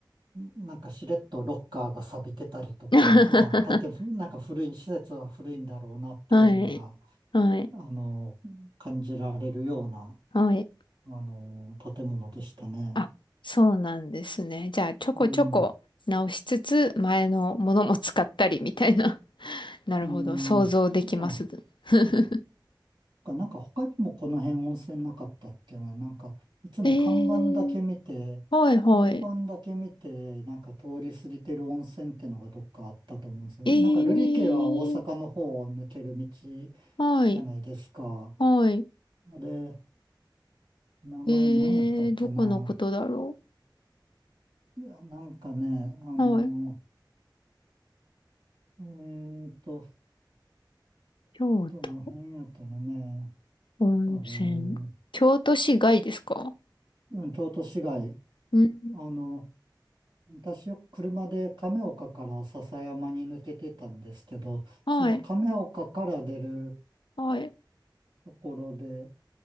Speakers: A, on the right (about 80°); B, on the left (about 75°).
A: なんかしれっとロッカーが錆びてたりとか、
B: <laughs>
A: まあ、建物、なんか古い、施設は古いんだろうなっていうのが、
B: はい。はい。
A: あの、感じられるような、
B: はい。
A: あの、建物でしたね。
B: あ、そうなんですね。じゃあ、ちょこちょこ直しつつ、
A: うん、
B: 前のものも使ったりみたいな。<laughs> なるほど。
A: うん。
B: 想像できます。
A: あ、
B: <laughs>
A: なんか他にもこの辺温泉なかったっけな。なんか、いつも看板だけ見て、
B: えー、はいはい。
A: 看板だけ見て、なんか通り過ぎてる温泉ってのがどっかあったと思うんですよ。
B: えー、
A: なんか瑠璃家は大阪の方を抜ける道じ
B: はい、
A: ゃないですか。
B: はい。
A: あれ、名前何やったっけな。
B: えー、どこのことだろ
A: いや、なんかね、あの、
B: う。はい。
A: えーと、
B: 京都、
A: どの辺やったのね。
B: 温泉。
A: あれ、う
B: 京都市外ですか
A: ん、京都市街。
B: うん。
A: あの、私よく車で亀岡から篠山に抜けてたんですけど、
B: はい、
A: その亀岡から出る
B: はい。
A: ところで、